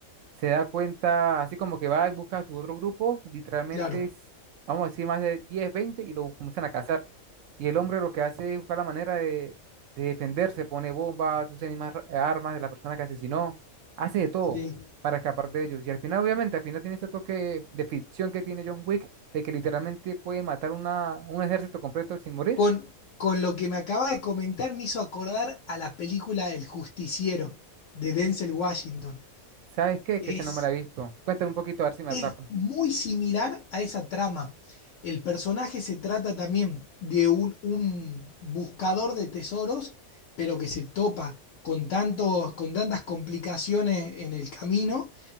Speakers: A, on the right (about 65°); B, on the left (about 65°).
A: se da cuenta, así como que va y busca a su otro grupo, literalmente,
B: Claro,
A: es, vamos a decir, más de 10 20 y lo comienzan a cazar. Y el hombre lo que hace es buscar la manera de, de defenderse, pone bombas, usa animas- armas de la persona que asesinó, hace de todo
B: sí.
A: para escapar de ellos. Y al final, obviamente, al final tiene este toque de ficción que tiene John Wick, de que literalmente puede matar una, un ejército completo sin morir.
B: Con, con lo que me acaba de comentar me hizo acordar a la película El Justiciero de Denzel Washington.
A: ¿Sabes qué?
B: Es,
A: Que ese no me la he visto. Cuéntame un poquito a ver si me
B: es
A: atrapa.
B: muy similar a esa trama. El personaje se trata también de un, un buscador de tesoros, pero que se topa con tantos, con tantas complicaciones en el camino